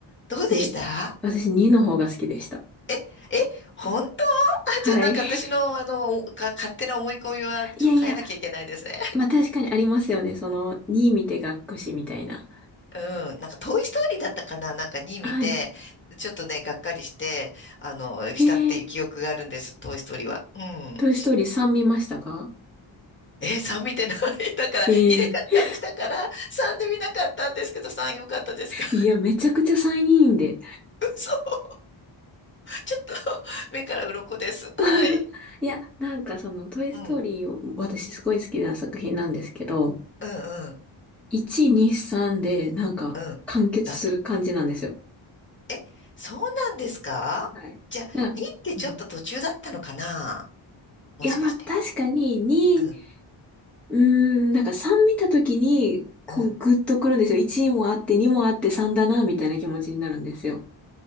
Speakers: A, on the left; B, in the centre.
A: どうでした
B: で、私2の方が好きでした。
A: え、え、本当あ、
B: はい。
A: <laughs> じゃあなんか私の、
B: <laughs>
A: あの、おか、勝手な思い込みは、ちょっと変えなきゃいけないですね。
B: いやいや、まあ確かにありますよね。その2見て学くしみたいな。
A: うん、なんか、トイ・ストーリーだったかななんか2見て、
B: はい。
A: ちょっとね、がっかりして、あの、したっていう記憶があるんです、
B: えー、
A: トイ・ストーリーは。うん。
B: トイストーリー3見ましたか
A: <laughs> えー、3見てない <laughs> だから、
B: え
A: 2でがっかりしたから、
B: <laughs> え
A: 3で見なかったんですけど、3良かったですか
B: ー、いや、めちゃくちゃ3いいんで。
A: <laughs> そう。ちょっと、<laughs> 目から鱗です。
B: <laughs>
A: はい。
B: いや、なんかそのトイストーリーを私すごい好きな作品なんですけど、
A: うん。うん、うん、
B: 1、2、3でなんか完結する感じなんですよ。
A: うん。だんだん。え、そうなんですかじゃあ、
B: はい。なうん。
A: 2ってちょっと途中だったのかなもしかして。
B: いや、まあ確かに2、
A: うん、
B: うーん、なんか3見たときに、こうグッとくるんですよ。
A: うん。
B: 1もあって、2もあって、3だな、みたいな気持ちになるんですよ。